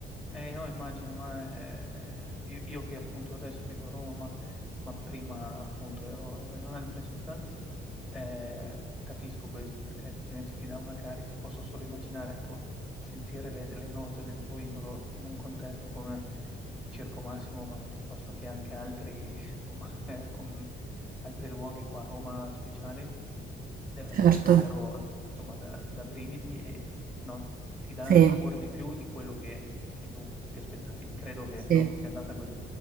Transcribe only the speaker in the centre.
Eh, no, immagino, ma eh, io, io che appunto adesso vivo a Roma, ma, ma prima appunto ero, ero in un'altra città, eh, capisco questo perché effettivamente ti dà una carica, posso solo immaginare, ecco, sentire le, le note del tuo idolo in un contesto come Circo Massimo, ma piuttosto che anche altri, <laughs> insomma, eh, com- altri luoghi qua a Roma speciali deve essere
davvero,
insomma, da, da brividi e no, ti, ti dà
ancora di più di quello che che tu ti aspettavi. Credo che
no, sia andata così.